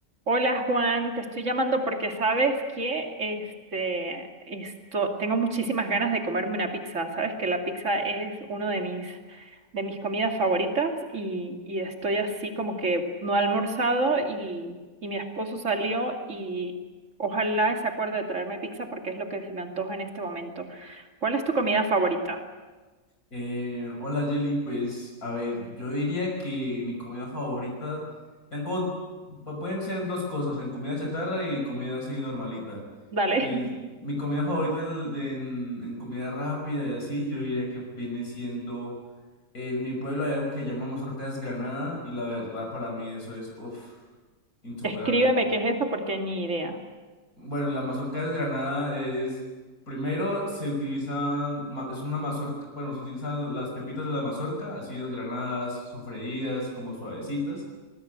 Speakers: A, on the right; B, on the left.
A: Hola Juan, te estoy llamando porque sabes que este, esto, tengo muchísimas ganas de comerme una pizza. Sabes que la pizza es uno de mis, de mis comidas favoritas y, y estoy así como que no he almorzado y, y mi esposo salió y ojalá se acuerde de traerme pizza porque es lo que se me antoja en este momento. ¿Cuál es tu comida favorita?
B: Eh, hola Jelly, pues a ver, yo diría que mi comida favorita, tengo, pu- pueden ser dos cosas, en comida chatarra y comida así normalita.
A: Dale,
B: Y mi comida favorita en, en- en comida rápida y así, yo diría que viene siendo, en mi pueblo hay algo que llamamos mazorca desgranada y la verdad para mí eso es, uff, insuperable.
A: <laughs> escríbeme qué es eso porque ni idea.
B: Bueno, la mazorca desgranada es, primero se utilizan, ma- es una mazorca, bueno, se utilizan las pepitas de la mazorca, así desgranadas, sofreídas, como suavecitas.